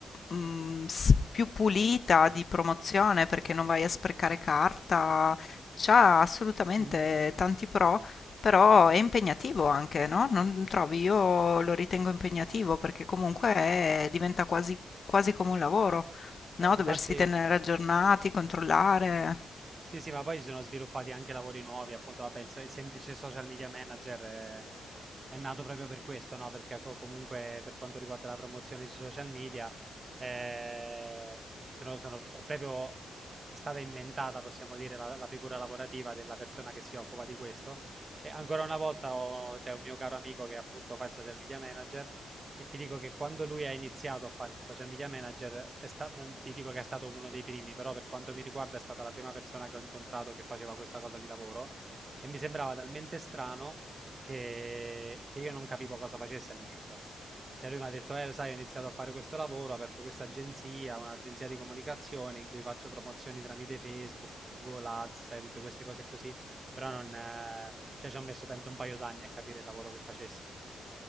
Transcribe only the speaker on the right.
Mhm.
Eh, infatti...
Sì, sì, ma poi si sono sviluppati anche lavori nuovi, appunto, vabbè, il, so- il semplice social media manager eh, è, nato proprio per questo, no? Perché co- comunque per quanto riguarda la promozione sui social media, eh, sono, sono- è proprio è stata inventata, possiamo dire, la, la figura lavorativa della persona che si occupa di questo. E ancora una volta ho- c'è un mio caro amico che appunto fa il social media manager e ti dico che quando lui ha iniziato a fare il social media manager, è sta- non ti dico che è stato uno dei primi, però per quanto mi riguarda è stata la prima persona che ho incontrato che faceva questa cosa di lavoro e mi sembrava talmente strano che, che io non capivo cosa facesse all'inizio. Cioè lui mi ha detto, eh, lo sai, ho iniziato a fare questo lavoro, ho aperto questa agenzia, un'agenzia di comunicazione in cui faccio promozioni tramite Facebook, Google Ads, sai, tutte queste cose così, però non... eh, Cioè, ci ho messo penso un paio d'anni a capire il lavoro che facesse.